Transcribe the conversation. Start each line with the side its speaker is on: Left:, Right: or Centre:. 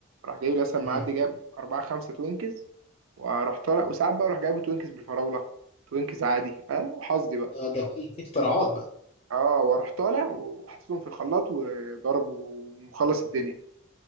Right: اروح جايب لي مثلا معدي
Left: امم
Right: جاب اربعة خمسة توينكز واروح طالع وساعات بقى اروح جايبه توينكز بالفراولة توينكز عادي انا وحظي بقى
Left: ده ده في في اختراعات بقى
Right: اه واروح طالع وحطيتهم في الخلاط وضرب ومخلص الدنيا